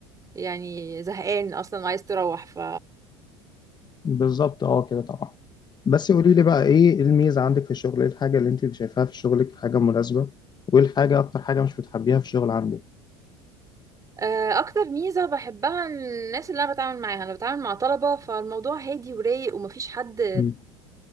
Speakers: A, on the right; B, on the left.
A: يعني زهقان اصلا وعايز تروح ف
B: بالظبط اه كده طبعا بس قولي لي بقى إيه الميزة عندك في الشغل إيه الحاجة اللي أنت شايفاها في شغلك حاجة مناسبة وإيه الحاجة أكتر حاجة مش بتحبيها في الشغل عندك
A: آه، اكتر ميزه بحبها الناس اللي انا بتعامل معاها انا بتعامل مع طلبه فالموضوع هادي ورايق ومفيش حد
B: مم.